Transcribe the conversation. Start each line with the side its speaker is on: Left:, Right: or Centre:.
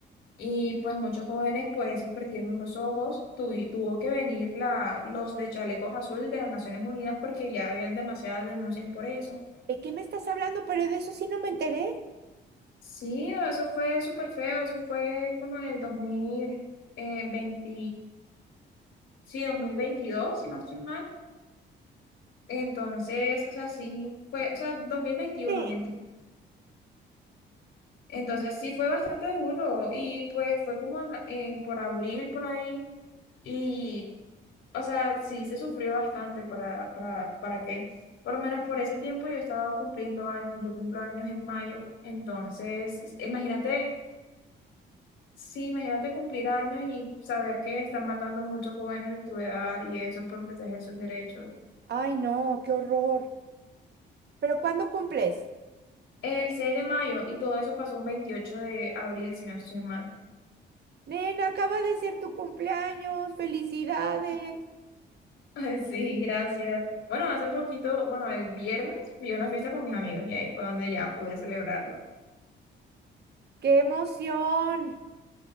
Left: Y pues muchos jóvenes por eso perdieron los ojos. Tuvi- tuvo que venir la, los de chalecos azul de las Naciones Unidas porque ya habían demasiadas denuncias por eso.
Right: qué me estás hablando? Pero de eso sí no me enteré.
Left: Sí, eso fue súper feo. Eso fue como en el 2020, sí, 2022 si no estoy mal. Entonces, o sea, sí fue, o sea, dos mil veintiuno
Right: Sí.
Left: mentira. Entonces sí fue bastante duro y pues fue como en la- en por abril, por ahí. Y O sea, sí se sufrió bastante para, para, para que, por lo menos por ese tiempo yo estaba cumpliendo años, yo cumplo años en mayo, entonces, es- imagínate, sí, imagínate cumplir años y saber que están matando muchos jóvenes de tu edad y eso por proteger sus derechos.
Right: Ay, no, qué horror. ¿Pero cuándo cumples?
Left: El seis de mayo y todo eso pasó un 28 de abril, si no estoy mal.
Right: Nena, acaba de ser tu cumpleaños. ¡Felicidades!
Left: <laughs> Ay, Sí, gracias. Bueno, hace poquito, bueno, el viernes fui a una fiesta con mis amigos y ahí fue donde ya pude celebrarlo.
Right: ¡Qué emoción!